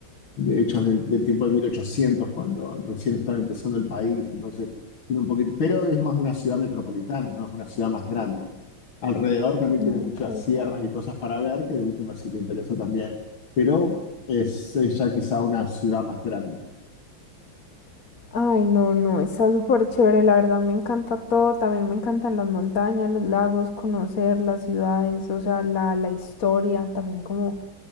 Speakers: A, on the left; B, on the left.
A: de hechos del, del tiempo de 1800, cuando recién estaba empezando el país. Entonces tiene un poquito, pero es más una ciudad metropolitana, no es una ciudad más grande. Alrededor también tiene muchas
B: Ok.
A: sierras y cosas para ver, que de última si te interesa también. Pero es eh, ya quizá una ciudad más grande.
B: Ay, no, no, está súper chévere, la verdad me encanta todo, también me encantan las montañas, los lagos, conocer las ciudades, o sea, la, la historia, también como